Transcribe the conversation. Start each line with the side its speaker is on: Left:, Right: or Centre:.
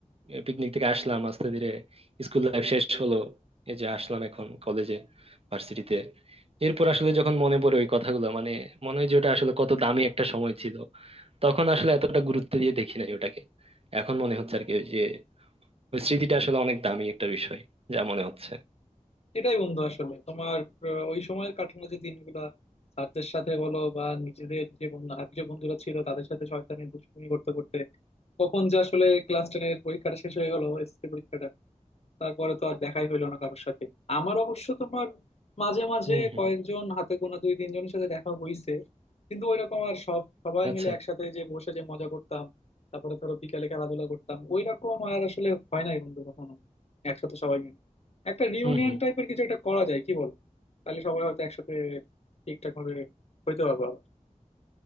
Right: পিকনিক থেকে আসলাম আস্তে ধীরে স্কুল লাইফ শেষ হলো এই যে আসলাম এখন কলেজে ভার্সিটিতে এরপর আসলে যখন মনে পড়ে ওই কথাগুলো মানে মনে হয় যে ওটা আসলে কত দামি একটা সময় ছিল তখন আসলে এতটা গুরুত্ব দিয়ে দেখি নাই ওটাকে এখন মনে হচ্ছে আর কি যে ওই স্মৃতিটা আসলে অনেক দামি একটা বিষয় যা মনে হচ্ছে
Left: সেটাই বন্ধু আসলে তোমার আহ, ওই সময়ের কাটানো যে দিনগুলা স্যারদের সাথে বলো বা নিজেদের যে বন্ধু আর যে বন্ধুরা ছিল তাদের সাথে শয়তানি দুষ্টুমি করতে করতে কখন যে আসলে ক্লাস টেনের পরীক্ষাটা শেষ হয়ে গেল এসএসসি পরীক্ষাটা তারপরে তো আর দেখাই হইলো না কারোর সাথে আমার অবশ্য তোমার মাঝে মাঝে
Right: হম হম
Left: কয়েকজন হাতে গোনা দুই তিনজনের সাথে দেখা হইছে কিন্তু ওইরকম আর সব সবাই
Right: আচ্ছা
Left: মিলে একসাথে যে বসে যে মজা করতাম তারপরে ধরো বিকালে খেলাধুলা করতাম ওইরকম আর আসলে হয় নাই বন্ধু কখনো একসাথে সবাই মিলে একটা রিউনিয়ন
Right: হুম হুম
Left: টাইপের কিছু একটা করা যায় কি বল তাহলে সবাই হয়তো একসাথে ঠিকঠাক ভাবে হইতে পারবো আবার